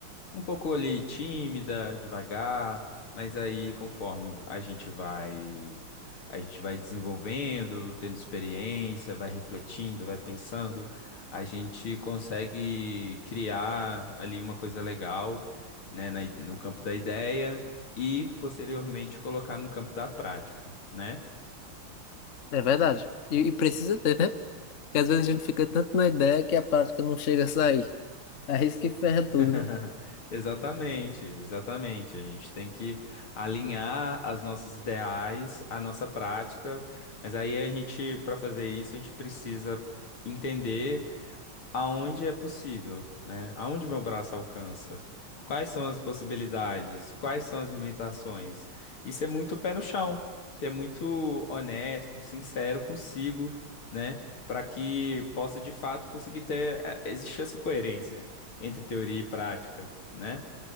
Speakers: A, on the left; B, on the left.
A: um pouco ali tímida, devagar, mas aí conforme a gente vai a gente vai desenvolvendo, tendo experiência, vai refletindo, vai pensando, a gente consegue criar ali uma coisa legal, né, na i- no campo da ideia e posteriormente colocar no campo da prática, né?
B: É verdade. E, e precisa ter, né? Porque às vezes a gente fica tanto na ideia que a prática não chega a sair. Arrisca que ferra tudo,
A: <laughs>
B: né?
A: Exatamente, exatamente. A gente tem que alinhar as nossas ideais, a nossa prática, mas aí a gente, para fazer isso, a gente precisa entender aonde é possível, né? Aonde meu braço alcança? Quais são as possibilidades? Quais são as limitações? E ser muito pé no chão, ser muito honesto, sincero consigo, né? Para que possa de fato conseguir ter eh, existir essa coerência entre teoria e prática, né?